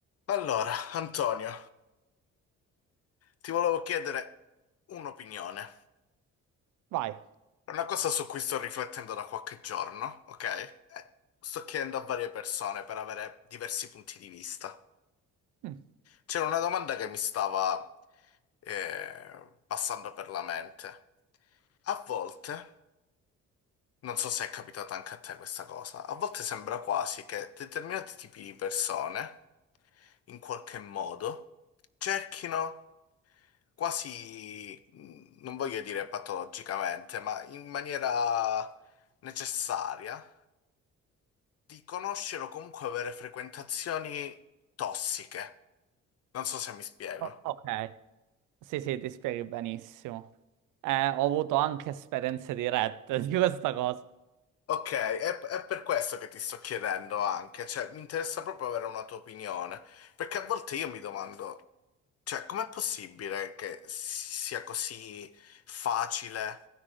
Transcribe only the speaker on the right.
Vai.
Mm.
O- Ok, sì, sì, ti spieghi benissimo. Eh, ho avuto anche esperienze dirette di questa cosa